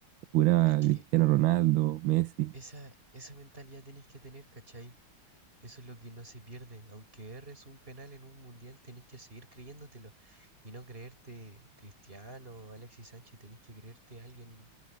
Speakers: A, on the right (about 70°); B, on the right (about 25°).
A: juraba
B: Es que
A: Cristiano Ronaldo, Messi.
B: esa, esa mentalidad tenés que tener, ¿cachai? Eso es lo que no se pierde. Aunque erres un penal en un mundial, tenés que seguir creyéndotelo y no creerte Cristiano, Alexis Sánchez, tenés que creerte alguien